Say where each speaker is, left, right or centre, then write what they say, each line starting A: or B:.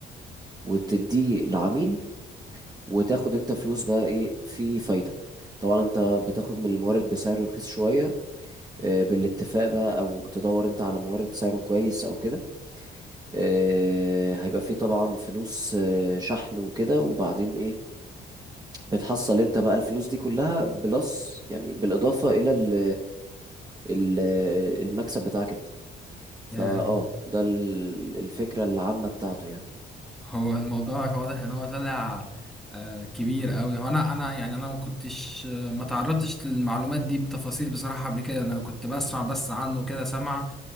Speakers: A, on the right; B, in the centre.
A: وتديه لعميل وتاخد انت فلوس بقى ايه في فايدة طبعا انت بتاخد من المورد بسعر رخيص شوية آه، بالاتفاق بقى او تدور انت على مورد سعره كويس او كده آه، هيبقى فيه طبعا فلوس آه، شحن وكده وبعدين ايه بتحصل انت بقى الفلوس دي كلها بلس يعني بالإضافة إلى ال ال المكسب بتاعك انت فاه
B: يعني
A: ده ال- الفكرة العامة بتاعته يعني
B: هو الموضوع واضح ان هو طلع آه، كبير قوي هو انا انا يعني انا ما كنتش آه، ما تعرضتش للمعلومات دي بتفاصيل بصراحة قبل كده انا كنت بسمع بس عنه كده سمع